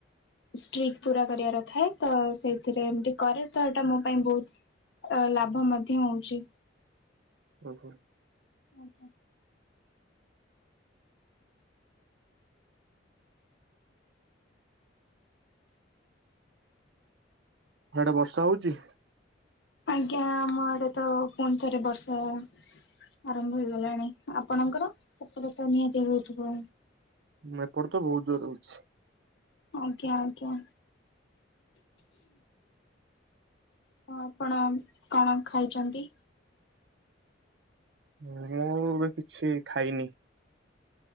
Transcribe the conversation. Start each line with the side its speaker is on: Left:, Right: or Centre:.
Left: ଷ୍ଟ୍ରିକ ପୁରା କରିବାର ଥାଏ ତ ସେଇଥିରେ ଏମତି କରେ ତ ଏଇଟା ମୋ ପାଇଁ ବହୁତ ଅ ଲାଭ ମଧ୍ୟ ହଉଚି।
Right: ଓ ହୋ
Left: ଆଜ୍ଞା।
Right: ହିଆଡେ ବର୍ଷା ହଉଚି?
Left: ଆଜ୍ଞା ଆମ ଏଡେ ତ ପୁଣି ଥରେ ବର୍ଷା ଆରମ୍ଭ ହେଇଗଲାଣି ଆପଣଙ୍କର ସେପଟେ ତ ନିହାତି ହୋଉଥିବ।
Right: ଉଁ ଏପଟେ ତ ବହୁତ ଜୋର ହୋଉଛି।
Left: ଆଜ୍ଞା ଆଜ୍ଞା ହ ଆପଣ କଣ ଖାଇଛନ୍ତି?
Right: ମୁଁ ଏବେ କିଛି ଖାଇନି।